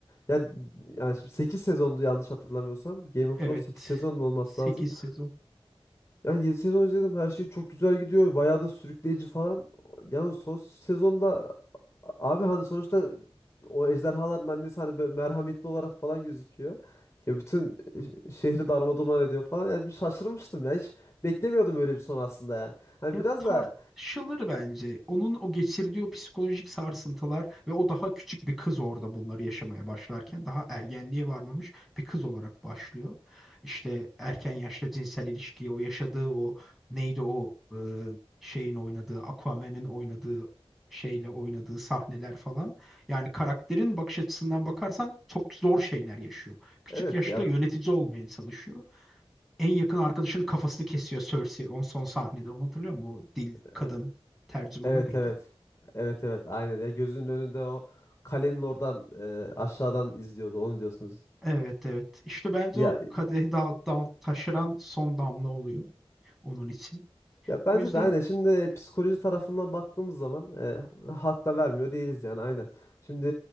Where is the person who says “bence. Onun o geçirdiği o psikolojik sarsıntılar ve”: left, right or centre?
Centre